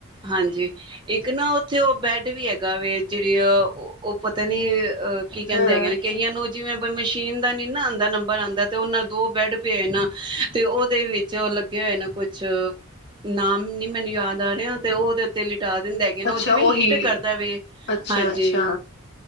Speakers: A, on the right; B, on the left.
A: ਹਾਂਜੀ ਇੱਕ ਨਾ ਉਹ ਬੈਡ ਵੀ ਹੈਗਾ ਵ ਜਿਹੜੀ ਆ ਉਹ ਪਤਾ ਨੀ ਅਹ ਕੀ ਕਹਿੰਦੇ
B: ਹਾਂ
A: ਹੈਗੇ ਨੇ ਕਹੀਆਂ ਨੂੰ ਜਿਵੇਂ ਮਸ਼ੀਨ ਦਾ ਨੀ ਨਾ ਆਉਂਦਾ ਨੰਬਰ ਆਉਂਦਾ ਤੇ ਉਹ ਨਾ ਦੋ ਬੈੱਡ ਪਏ ਨਾ ਤੇ ਉਹਦੇ ਵਿੱਚ ਉਹ ਲੱਗੇ ਹੋਏ ਨੇ ਕੁਛ ਨਾਮ ਨੀ ਮੈਨੂੰ ਯਾਦ ਆ ਰਿਹਾ ਤੇ ਉਹਦੇ ਉੱਤੇ ਲਿਖੇ ਟਾ ਦਿੰਦਾ ਹੈਗੇ ਨਾ
B: ਅੱਛਾ
A: ਉਹ ਜਿਵੇਂ
B: ਉਹੀ
A: ਹੀਟ ਕਰਦਾ ਵੇ
B: ਅੱਛਾ
A: ਹਾਂਜੀ
B: ਅੱਛਾ